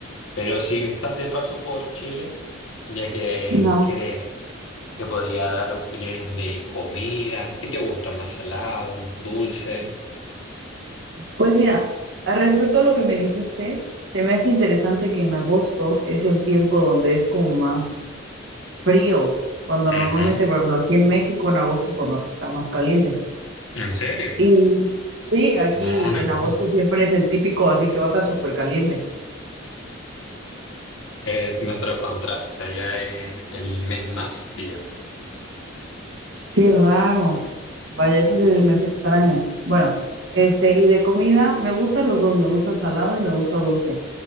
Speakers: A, on the left; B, on the right.
A: Pero si estás de paso por Chile, ya que
B: ajá.
A: querés, te podría dar opiniones de comida. ¿Qué te gusta? ¿Más salado? ¿Más dulce?
B: Pues mira, a- respecto a lo que me dijiste, se me hace interesante que en agosto es el tiempo donde es como más frío, cuando
A: Ujú.
B: normalmente, por ejemplo, aquí en México en agosto es cuando está más caliente.
A: ¿En serio?
B: Y sí, aquí
A: No.
B: en agosto
A: <laughs>
B: siempre es el típico, así que va a estar súper caliente.
A: El- nuestro contraste allá es el mes más frío.
B: Qué raro. Vaya,
A: Sí.
B: eso sí me hace extraño. Bueno, este, y de comida, me gustan los dos, me gusta salado y me gusta dulce.